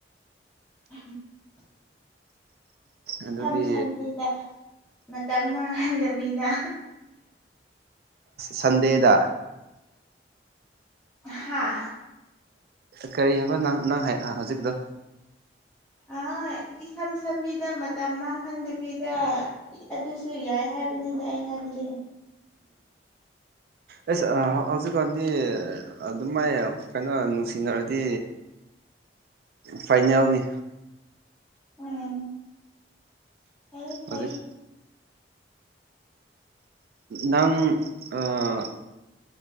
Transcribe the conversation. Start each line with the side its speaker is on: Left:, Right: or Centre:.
Centre: ꯎꯝ <inaudible> ꯏꯁꯝ
Right: ꯑꯗꯨꯗꯤ
Centre: ꯁꯝꯕꯤꯗ ꯃꯇꯝ ꯃꯥꯡꯍꯟꯗꯕꯤꯗ
Right: ꯁꯟꯗꯦꯗ
Centre: ꯍꯥꯥ
Right: ꯀꯔꯤ ꯍꯥꯏꯕ ꯅꯪ ꯅꯪ ꯍꯥꯏ ꯍꯧꯖꯤꯛꯇꯣ
Centre: ꯑ ꯏꯁꯝ ꯁꯝꯕꯤꯗ ꯃꯇꯝ ꯃꯥꯡꯍꯟꯗꯕꯤꯗ ꯑꯗꯨꯁꯨ ꯌꯥꯏ ꯍꯥꯏꯕꯅꯤꯗ ꯑꯩ ꯍꯥꯏꯕꯗꯤ꯫
Right: ꯑꯦꯁ ꯍꯧꯖꯤꯛꯀꯥꯟꯗꯤ ꯑꯗꯨꯝ ꯃꯥꯏ ꯀꯩꯅꯣ ꯅꯨꯡꯁꯤꯅꯔꯗꯤ꯫
Centre: <inaudible>
Right: ꯐꯥꯏꯩꯅꯜꯅꯤ꯫
Centre: ꯎꯝ ꯐꯩꯌꯦ ꯐꯩꯌꯦ꯫
Right: ꯍꯧꯖꯤꯛ ꯅꯪ ꯑꯥ